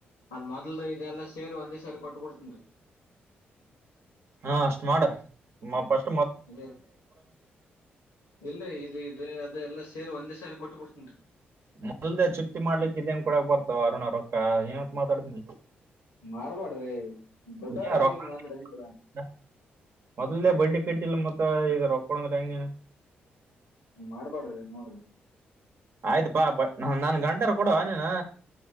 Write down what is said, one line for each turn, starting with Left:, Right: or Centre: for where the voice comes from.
Left: ಅದ ಮೊದಲ್ದು ಇದೆಲ್ಲಾ ಸೇರಿ ಒಂದೇ ಸರಿ ಕೊಟ್ಬಿಡ್ತೇನ್ರಿ
Right: ಹಾ ಅಷ್ಟ್ ಮಾಡ ಫ್ರಿಸ್ಟ್
Left: ಇದೆ ಇಲ್ರಿ ಇದು ಇದು ಅದು ಎಲ್ಲ ಸೇರಿ ಒಂದೇ ಸಾರಿ ಕೊಟ್ ಬಿಡ್ತೇನ್ರಿ
Right: ಮುಗ್ಗಲ್ದೇ ಚಿಂತಿ ಮಾಡ್ಲಿಕ್ಕೆ ಇದೇನ್ ಕೊಡಕ್ ಬರ್ತವ ಅರುಣ್ ರೊಕ್ಕ ಏನಂತ ಮಾತಾಡ್ದೀ
Left: ಮಾಡ್ಬಾಡ್ರಿ ದೊಡ್ಡವ್ರಗಿ
Right: ಏ ರೊಕ್ಕ
Left: ಹಿಂಗಾಂದ್ರ ಹೆಂಗ
Right: ಅಂದ್ರ? ಮೊದಲ್ನೇ ಬಡ್ಡಿ ಕಟ್ಟಿಲ್ಲ ಮತ್ತ ಈಗ ರೊಕ ಕೊಡೊಂದ್ರಾ ಹೆಂಗ
Left: ಹಂಗ್ ಮಾಡ್ಬಾಡ್ರಿ ನೋಡ್ರಿ
Right: ಆಯ್ತಪಾ ಬ ನ ನನ್ ಗಂಟಾರ ಕೊಡೋ ನೀನಾ